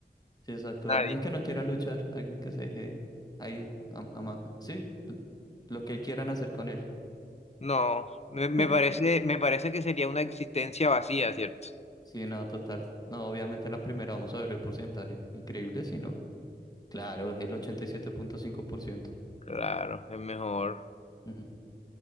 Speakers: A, on the left (about 20°); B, on the left (about 40°).
A: Sí, exacto.
B: Nadie.
A: Alguien que no quiera luchar, alguien que se deje ahí, am- ama- sí, l- lo que quieran hacer con él.
B: No, me, me
A: <laughs>
B: parece, me parece que sería una existencia vacía, ¿cierto?
A: Sí, no, total. No, obviamente la primera, vamos a ver el porcentaje. Increíble, si no. Claro, el 87.5%.
B: Claro, es mejor.
A: Mm,